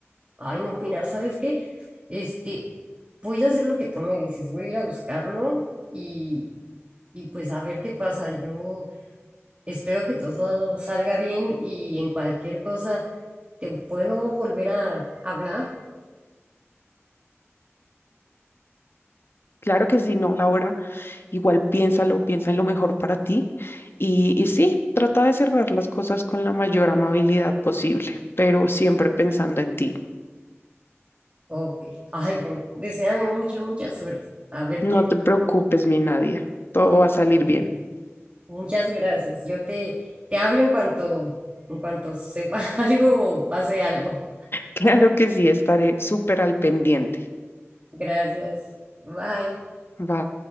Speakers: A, on the right; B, on the left.
A: Ay, no, pina, ¿sabes qué? Este, voy a hacer lo que tú me dices, voy a ir a buscarlo y, y pues a ver qué pasa. Yo espero que todo salga bien y en cualquier cosa te puedo volver a hablar.
B: Claro que sí, no, Laura, igual piénsalo, piensa en lo mejor para ti y, y sí, trata de cerrar las cosas con la mayor amabilidad posible, pero siempre pensando en ti.
A: Ok. Ay, bueno, deséame mucha, mucha suerte. A ver
B: No
A: qué.
B: te preocupes, mi Nadia. Todo va a salir bien. <laughs>
A: Muchas gracias. Yo te, te hablo en cuanto, en cuanto sepa <laughs> algo o pase algo.
B: Claro que sí, estaré súper al pendiente.
A: Gracias. Bye.
B: Bye.